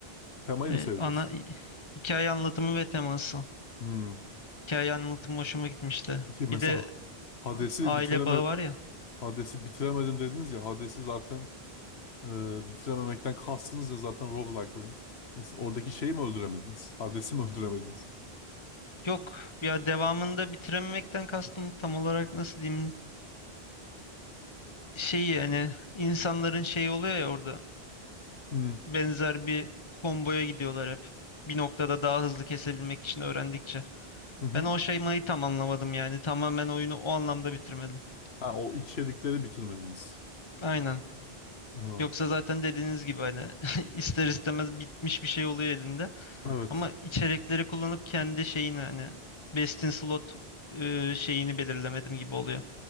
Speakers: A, on the left (about 75°); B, on the left (about 30°).
A: Temayı
B: Ee,
A: mı sevdiniz?
B: ana hi- hikaye anlatımı ve teması.
A: Hmm.
B: Hikaye anlatımı hoşuma gitmişti.
A: Peki mesela
B: Bir de
A: Hades'i
B: a- aile
A: bitireme
B: bağı var ya.
A: Hades'i bitiremedim dediniz ya. Hades'i zaten e, bitirememekten kastınız ya zaten roguelike oyun. Yani siz oradaki şeyi mi öldüremediniz? Hades'i mi öldüremediniz?
B: Yok ya devamında bitirememekten kastım tam olarak nasıl diyeyim? şeyi hani insanların şeyi oluyor ya orada
A: Hı hı.
B: benzer bir komboya gidiyorlar hep. Bir noktada daha hızlı kesebilmek için öğrendikçe.
A: hı.
B: Ben o şeymayı tam anlamadım yani. Tamamen oyunu o anlamda bitirmedim.
A: Ha, o içerikleri bitirmediniz.
B: Aynen.
A: Aha,
B: Yoksa zaten dediğiniz gibi hani <laughs> ister istemez bitmiş bir şey oluyor elinde.
A: evet.
B: Ama içerikleri kullanıp kendi şeyini hani best in slot e, şeyini belirlemedim gibi oluyor.